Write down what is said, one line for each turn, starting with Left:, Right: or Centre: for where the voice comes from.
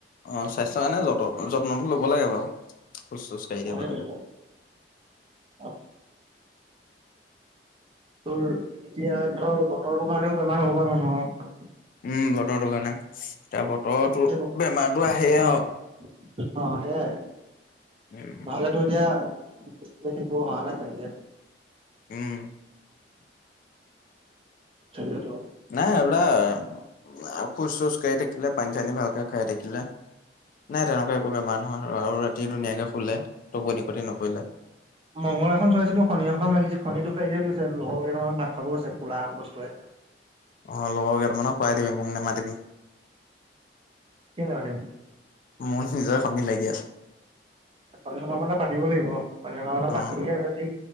Left: অ' স্বাস্থ্যৰ কাৰণে যত যত্নটো ল'ব লাগে বাৰু ফুজ চোজ কাঢ়ি
Right: অ',
Left: দিব
Right: সেইটোৱেটো
Left: লাগে।
Right: অ'। তোৰ এতিয়া ধৰ বতৰটো কাৰণেও বেমাৰ হ'ব পাৰে মানুহৰ।
Left: উম বতৰটো কাৰণে এতিয়া বতৰটো
Right: উম, সেই ব-
Left: বেমাৰতো আহে
Right: অ',
Left: আৰু।
Right: অ' সেইয়াই
Left: উম,
Right: নহলেতো এতিয়া বিশেষ একো হোৱে নাই তেনেকে।
Left: উম'।
Right: তাকে টো।
Left: নাই এইবিলাক খোজ চোজ কাঢ়ি থাকিলে পানী চানী ভালকে খাই থাকিলে নাই তেনেকুৱা একো বেমাৰ নহয় আৰু ৰাতি ধুনীয়াকে শুলে টোপনি ক্ষতি নকৰিলে।
Right: মোৰ এখন চোৱাইছিলো শনিৰ সকাম লাগিছিল শনিৰ দুখ লাগিছে বুলি কৈছে লগৰ কেইটামান ক ভাত খোৱাব কৈছে কোলা বস্তুৱে।
Left: অ' লগৰ কেইটামানক খুৱাই দিবি মোক নেমাটিবি।
Right: কিয় নামাটিম?
Left: মোৰ নিজৰে শনি লাগি আছে।
Right: শনি সকাম এটা পাতিব লাগিব শনি সকাম এটা
Left: অ',
Right: পাতিলেহে যদি